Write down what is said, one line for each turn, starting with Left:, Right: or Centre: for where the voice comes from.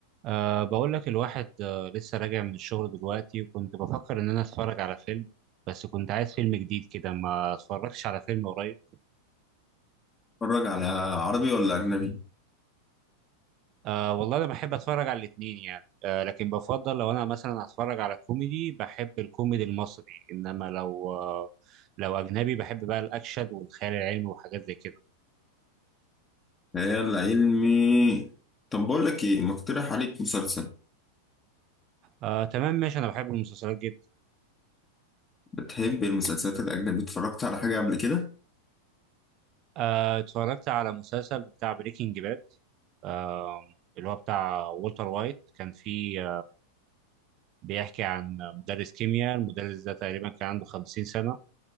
Right: أه بقول لك الواحد أه لسه راجع من الشغل دلوقتي وكنت بفكر إن أنا أتفرج على فيلم بس كنت عايز فيلم جديد كده ما اتفرجتش على فيلم قريب
Left: اتفرج على عربي ولا أجنبي؟
Right: أه والله أنا بحب أتفرج على الاتنين يعني أه لكن بفضل لو أنا مثلا هتفرج على كوميدي بحب الكوميدي المصري إنما لو أه لو أجنبي بحب بقى الأكشن والخيال العلمي وحاجات زي كده
Left: خيال علمي طب بقول لك إيه مقترح عليك مسلسل
Right: أه تمام ماشي أنا بحب المسلسلات جدا
Left: بتحب المسلسلات الأجنبي اتفرجت على حاجة قبل كده؟
Right: أه اتفرجت على مسلسل بتاع بريكنج باد آه، اللي هو بتاع والتر وايت كان فيه بيحكي عن مدرس كيمياء المدرس ده تقريبا كان عنده 50 سنة